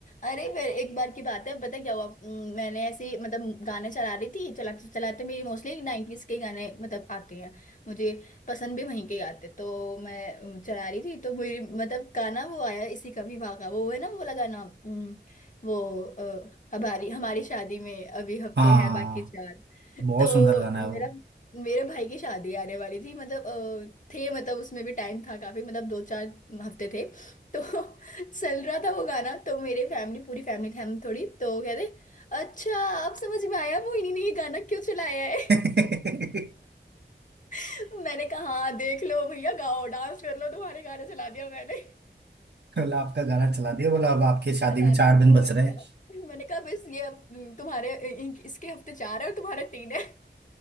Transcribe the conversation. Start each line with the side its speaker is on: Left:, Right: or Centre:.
Left: अरे फिर एक बार की बात है पता है क्या हुआ अम, मैंने ऐसे ही, मतलब गाने चला रही थी चलाते चलाते मेरी मोस्टली नाइन्टीज के गाने मतलब आते हैं मुझे पसंद भी वहीं के आते तो मैं अम, चला रही थी तो मेरी मतलब गाना वो आया इसी का विवाह का वो है ना वो वाला गाना अम, वो अ, हमारी हमारी शादी में अभी हफ्ते
Right: हाँ
Left: हैं बाकी चार
Right: बहुत
Left: तो
Right: सुंदर गाना है वो
Left: मेरा मेरे भाई की शादी आने वाली थी मतलब अ, थे मतलब उसमें भी टाइम था काफी मतलब दो चार हफ्ते थे तो <laughs> चल रहा था वो गाना तो मेरे फैमिली पूरी फैमिली थी हम थोड़ी तो वो कहते अच्छा अब समझ में आया मोहिनी ने ये गाना क्यों चलाया है
Right: <laughs>
Left: <laughs> मैंने कहा हाँ देख लो भैया गाओ डांस कर लो तुम्हारे गाना चला दिया मैंने <laughs>
Right: कल आपका गाना चला दिया बोला अब आपके शादी
Left: चला
Right: में चार
Left: दिया
Right: दिन
Left: और
Right: बच रहे
Left: क्या
Right: हैं
Left: मैंने कहा बस ये अब तुम्हारे इन- इसके हफ्ते चार है और तुम्हारे तीन है <laughs>